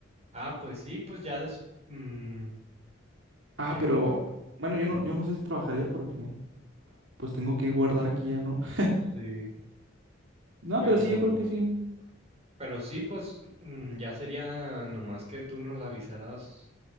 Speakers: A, on the right; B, on the right.
A: ah, pues sí, pues ya des, mm,
B: Ah,
A: ya
B: pero...
A: co-
B: Bueno, yo no, yo no sé si trabajaría porque pues tengo que guardar aquí ya, ¿no? <laughs>
A: sí,
B: No,
A: pero,
B: pero sí, yo creo que sí.
A: pero sí, pues mm, ya sería nomás que tú nos avisaras